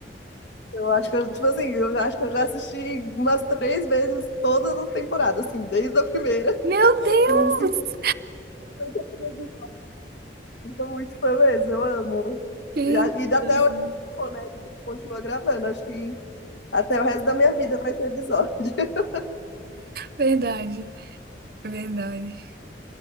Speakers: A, on the left; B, on the right.
A: Eu acho que eu, tipo assim, eu acho que eu já assisti umas três vezes todas as temporadas, assim, desde a primeira, <laughs>
B: Meu Deus!
A: com 50 episódios. Eu Sou muito fã mesmo, eu amo.
B: Gente,
A: E, a- e até
B: que legal.
A: hoje, né? a gente Continua gravando. Acho que até o resto da minha vida vai ter episódio. <laughs>
B: Verdade, verdade.